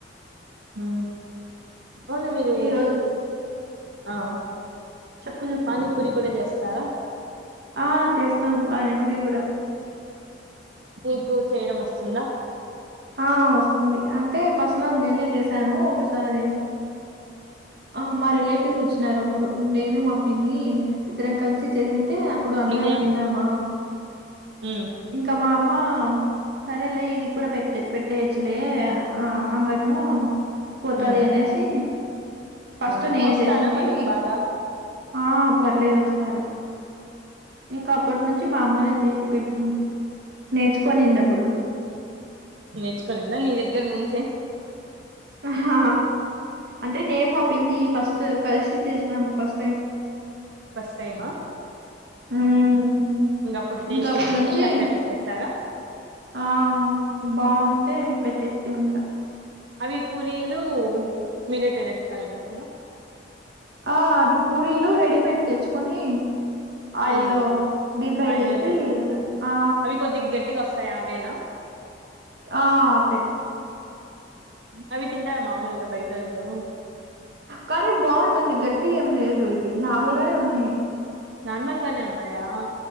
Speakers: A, on the right (about 80°); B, on the right (about 60°).
A: హ అవును మీరు
B: ఈ రోజు
A: ఆ
B: చెప్పు చెప్పు
A: పానీపూరి కూడా చేస్త స్తారా
B: ఆ చేస్తాం పానీపూరి కూడా
A: నీకు చేయడం వస్తుందా
B: ఆ వస్తుంది అంటే ఫస్ట్ లో నేనే చేశాను ఒకసారి ఆ మా రిలేటివ్స్ వచ్చినారు అప్పుడు నేను మా పిన్ని ఇద్దరం కలిసి చేసే అప్పుడు అందరం
A: ఐడియా
B: తిన్నామా
A: ఉమ్
B: ఇంకా మా అమ్మా సరేలే ఇది కూడా పెట్టే పెట్టేయొచ్చు లే ఆ అంగట్లో పోతాది
A: ఉమ్
B: అనేసి ఫస్ట్
A: అవునా
B: నేనే
A: వస్తారా
B: చేసింది
A: మరి బాగా
B: ఆ పర్లేదు వస్తారు ఇంకప్పటి నుంచి మా అమ్మనే చేసి పెడుతుంది నేర్చుకొనిండే అప్పుడు
A: నేర్చుకొనిందా నీ దగ్గర నుంచే
B: హా అంటే నేను మా పిన్ని ఫస్ట్ కలిసి చేసినాము ఫస్ట్ టైం
A: ఫస్ట్ టైమా
B: హ్మ్.
A: ఇంక అప్పుడు టేస్ట్
B: ఇంకా అప్పటి
A: బాగుంటే
B: నుంచి
A: ఇంక అట్లే పెట్టేసారా
B: ఆ బాగుంటే పెట్టేస్తిమి ఇంకా
A: అవి పూరీలు మీరే తినేస్తారండక్కడ
B: ఆ అది పూరీలు రెడీమేడ్ తెచ్చుకొని ఆయిల్లో
A: అవునండి
B: డీ ఫ్రై
A: ఆయిల్లో
B: చేసి
A: తెలేస్తారు
B: ఆ
A: అవి కొద్దిగా గట్టిగా అవేనా
B: ఆ అవే
A: అవి తింటారా మామూలుగా బయటోళ్ళు
B: కానీ బాగుంటుంది గట్టిగ ఏం లేదు ఇవి నార్మల్గానే ఉన్నయి
A: నార్మల్ గానే ఉన్నాయా